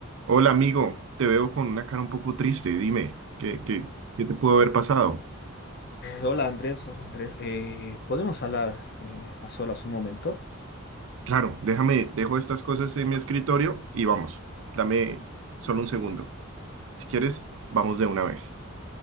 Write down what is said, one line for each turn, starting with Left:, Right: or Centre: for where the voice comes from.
Right: Hola amigo, te veo con una cara un poco triste. Dime, ¿qué, qué, qué te pudo haber pasado?
Left: Hola Andrés, hola Andrés. Eh, ¿podemos hablar eh, a solas un momento?
Right: Claro, déjame, dejo estas cosas en mi escritorio y vamos. Dame solo un segundo. Si quieres, vamos de una vez.